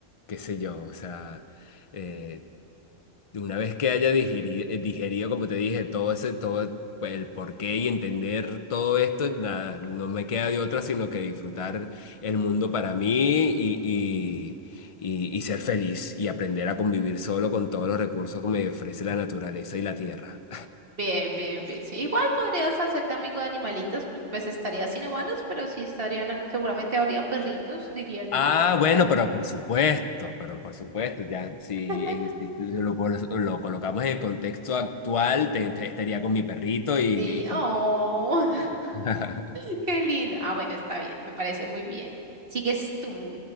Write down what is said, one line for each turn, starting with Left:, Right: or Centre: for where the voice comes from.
Left: qué sé yo, o sea, eh, una vez que haya digeri- eh, digerido, como te dije, todo ese, todo el porqué y entender todo esto, nada, no me queda de otra sino que disfrutar el mundo para mí y, y, y y ser feliz y aprender a convivir solo con todos los recursos que me ofrece la naturaleza y la tierra.
Right: Bien, bien, bien. Sí, igual podrías hacerte amigo de animalitos, porque pues estarías sin humanos, pero sí estarían, seguramente habría perritos, diría yo,
Left: Ah,
Right: quién
Left: bueno,
Right: sabe.
Left: pero por supuesto, pero por supuesto, ya si,
Right: <laughs>
Left: en- si lo, col- lo colocamos en el contexto actual, te- te- estaría con mi perrito y,
Right: Sí,
Left: y con...
Right: oh.
Left: <laughs>
Right: <laughs> Qué lindo. Ah, bueno, está bien, me parece muy bien. Sigues tú.